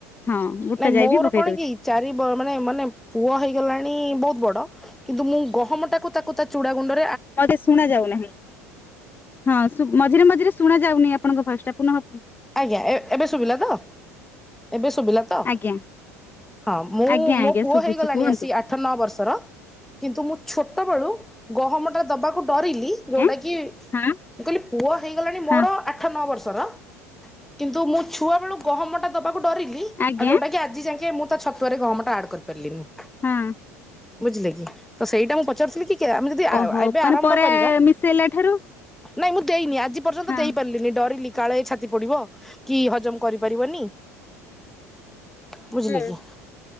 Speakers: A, on the left; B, in the centre.
A: ହଁ ବୁଟ
B: ନାଇଁ
A: ଯାାଇ
B: ମୋର
A: ବି ପକେଇ
B: କଣ
A: ଦଉଛେ
B: କି ଚାରି ମାନେ ମାନେ ପୁଅ ହେଇଗଲାଣି ବହୁତ ବଡ। କିନ୍ତୁ ମୁଁ ଗହମ ଟାକୁ ତାକୁ ତା ଚୁଡା ଗୁଣ୍ଡ
A: ମତେ ଶୁଣା ଯାଉ ନାହିଁ। ହଁ ମଝିରେ ମଝିରେ ଶୁଣା ଯାଉନି ଆପଣଙ୍କ ଭୋଇସ ଟା ପୁନହ
B: ଆଜ୍ଞା ଏ ଏବେ ଶୁଭିଲା ତ। ଏବେ ଶୁଭିଲା ତ
A: ଆଜ୍ଞା
B: ହଁ ମୁଁ
A: ଆଜ୍ଞା
B: ମୋ
A: ଆଜ୍ଞା
B: ପୁଅ
A: ଶୁଭୁଛି
B: ହେଇଗଲାଣି
A: କୁହନ୍ତୁ
B: ଆସି ଆଠ ଆଠ ନଅ ବର୍ଷର କିନ୍ତୁ ମୁଁ ଛୋଟବେଳୁ ଗହମଟା ଦେବାକୁ ଡରିଲି। ଯୋଉଟା
A: ଆଁ
B: କି
A: ହଁ
B: କହିଲି ପୁଅ ହେଇଗଲାଣି ମୋର
A: ହଁ
B: ଆଠ ନଅ ବର୍ଷର। କିନ୍ତୁ ମୁଁ ଛୁଆ ବେଳୁ ଗହମଟା ଦବାକୁ ଡ଼ରିଲି ଆଉ
A: ଆଜ୍ଞା
B: ଯୋଉଟା କି ଆଜି ଯାକେ ମୁଁ ତା ଛତ ତ ପରେରେ ଗ ଗହମଟା ଆଡ଼ କରିାରିଲିନି।
A: ହଁ।
B: ବୁଝିଲେ କି ତ ସେଇଟା ମୁଁ ପଚାରୁଥିଲି କି ଆମେ ଯଦି
A: ଓହୋ
B: ଏବେ
A: ମାନେ
B: ଆରମ୍ଭ
A: ପରେ
B: କରିବା
A: ମିଶେଇଲା ଠାରୁ
B: ନାଇଁ ମୁଁ ଦେଇନି ଆଜି ପର୍ଯ୍ୟନ୍ତ
A: ହଁ।
B: ଦେଇ ପାରିଲିନି ଡରିଲି କାଳେ ଛା ବୁଡିବ କି ହଜମ କରିପାରିବନି। ବୁଝିଲେ
A: ହୁଁ।
B: କି